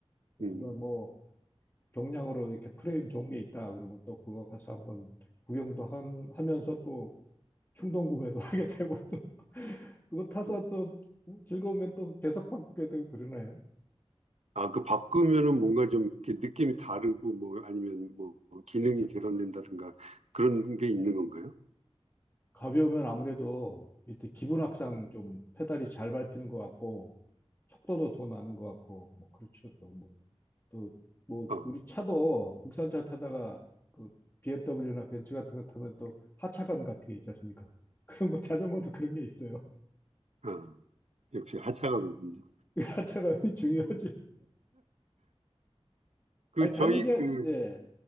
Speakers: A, on the right; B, on the left.
A: 음,
B: 누가 뭐 경량으로 이렇게 프레임 좋은 게 있다 그러면 또 그거 가서 한번 구경도 함- 하면서 또 충동 구매도 <laughs> 하게 되고 또 <laughs> 그거 타서
A: 음.
B: 또 즐거우면 또 계속 바꾸게 되고 그러네요.
A: 아, 그 바꾸면은 뭔가 좀 이렇게 느낌이 다르고 뭐 아니면 뭐 기능이 개선된다든가 그런 게 있는 건가요?
B: 가벼우면 아무래도 일단 기분 악상
A: 어,
B: 좀 페달이 잘 밟히는 것 같고 속도도 더 나는 것 같고 뭐 그렇죠 또뭐 또 뭐
A: 어,
B: 우리 차도 국산차 타다가 그 BMW나 벤츠 같은 거 타면 또 하차감 같은 게 있지 않습니까? <laughs> 그런 거 자전거도 그런 게 있어요.
A: 어. 어, 역시 하차가 군요
B: <laughs> 하차감이 중요하죠.
A: 그,
B: 아니
A: 저희
B: 달리기 할-
A: 그,
B: 예.